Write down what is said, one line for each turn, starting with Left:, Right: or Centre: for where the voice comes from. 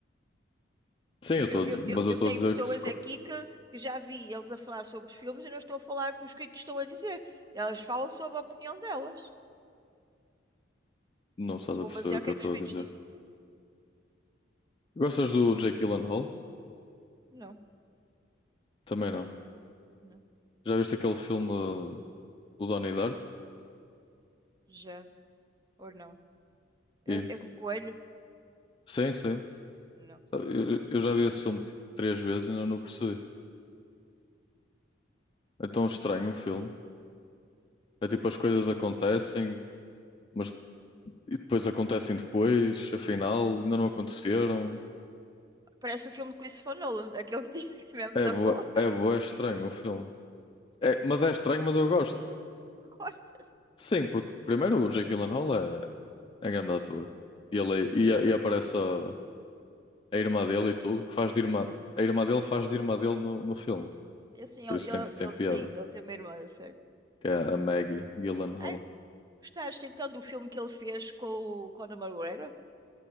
Left: Sim, eu estou
Right: Eu,
Left: a
Right: eu,
Left: dizer, mas
Right: eu, eu
Left: eu estou
Right: tenho
Left: a dizer
Right: pessoas
Left: que se,
Right: aqui que, que já vi eles a falar sobre os filmes e não estou a falar o que os críticos estão a dizer. Elas falam sobre a opinião delas.
Left: Não estás
Right: Não se vão
Left: a perceber
Right: basear
Left: o que
Right: o que
Left: eu
Right: é
Left: estou
Right: que os críticos
Left: a dizer.
Right: dizem.
Left: Gostas do Jake Gyllenhaal?
Right: Não,
Left: Também não.
Right: não.
Left: Já viste aquele filme uh, do Donnie Darko?
Right: Já. Ou não. É,
Left: E?
Right: é com o coelho?
Left: Sim, sim.
Right: Não.
Left: Eu, eu já vi esse filme tipo, três vezes e ainda não percebi. É tão estranho o filme. É tipo as coisas acontecem, mas e depois acontecem depois, afinal, ainda não aconteceram.
Right: Parece o filme do Christopher Nolan, aquele que t- <laughs> que tivemos
Left: É
Right: a falar.
Left: bué, é bué estranho o filme. É, mas é estranho, mas eu gosto.
Right: <laughs> Gostas?
Left: Sim, porque primeiro o Jake Gyllenhaal é, é grande ator. E ele, é, e, e aparece a, a irmã dele e tudo, que faz de irmã, a irmã dele faz de irmã dele no, no filme.
Right: Eu, sim,
Left: Por
Right: ele,
Left: isso tem,
Right: ele,
Left: tem
Right: ele-
Left: piada.
Right: sim, ele tem uma irmã, eu sei.
Left: Que é a Maggie Gyllenhaal.
Right: Ai, gostaste então do filme que ele fez com o Conor McGregor?